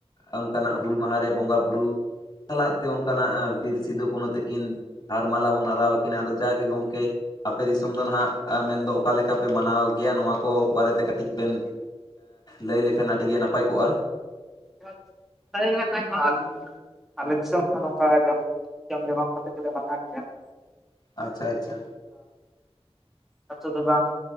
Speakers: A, on the left (about 40°); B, in the centre.
A: ᱚᱱᱠᱟ ᱱᱟᱜ ᱦᱩᱸᱞ ᱢᱟᱦᱟ ᱨᱮ ᱵᱚᱸᱜᱟ ᱵᱩᱨᱩ ᱥᱟᱞᱟᱜ ᱛᱮ ᱚᱱᱠᱟᱱᱟᱜ ᱵᱤᱨ ᱥᱤᱫᱩ ᱠᱟᱹᱱᱩ ᱛᱟᱹᱠᱤᱱ ᱦᱟᱨ ᱢᱟᱞᱟ ᱵᱚᱱ ᱟᱨᱟᱣ ᱟᱠᱤᱱᱟ ᱟᱫᱚ ᱡᱟᱜᱮ ᱜᱚᱝᱠᱮ ᱟᱯᱮ ᱫᱤᱥᱚᱢ ᱫᱚ ᱱᱟᱦᱟᱜ ᱢᱮᱱᱫᱚ ᱚᱠᱟ ᱞᱮᱠᱟ ᱯᱮ ᱢᱟᱱᱟᱣ ᱜᱮᱭᱟ ᱱᱚᱣᱟ ᱠᱚ᱾ ᱵᱟᱨᱮ ᱛᱮ ᱠᱟᱹᱴᱤᱡ ᱵᱮᱱ ᱞᱟᱹᱭ ᱞᱮᱠᱷᱟᱱ ᱟᱹᱰᱤ ᱜᱮ ᱱᱟᱯᱟᱭ ᱠᱚᱜ-ᱟ᱾
B: <unintelligible> ᱟᱞᱮ ᱫᱤᱥᱚᱢ ᱦᱚᱸ ᱱᱚᱝᱠᱟ ᱜᱮ ᱡᱚᱢ, ᱡᱚᱢ ᱡᱚᱢᱟᱠ ᱠᱟᱛᱮ ᱜᱮᱞᱮ ᱢᱟᱱᱟᱣ ᱜᱮᱭᱟ ᱾
A: ᱟᱪᱪᱷᱟ, ᱟᱪᱪᱷᱟ᱾
B: ᱟᱹᱛᱳ ᱫᱚ ᱵᱟᱝ